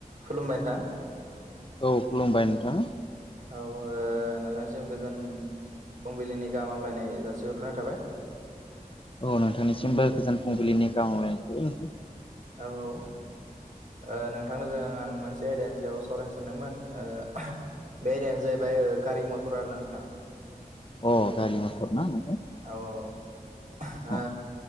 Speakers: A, on the right; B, on the left.
A: खुलुमबाय नोंथां
B: औ खुलुमबाय नोंथाङा
A: औ ओ नोंथांनिसिम गोजोन फुंबिलिनि गाहाम हामलायनाय जासिहरनाय थाबाय
B: औ नोंथांनिसिमबो गोजान फुंबिलिनि गाहाम हामलायनायखौ'
A: औ औ ओ नोंथांजों आं मोनसे आयदानि सायाव सावरायनो सानदोंमोन ओ बे आयदायानो जाहैबाय ओ गारि मथर आरो ना नोंथां
B: अ गारि मथर ना नोंथां
A: औ औ औ हो
B: अ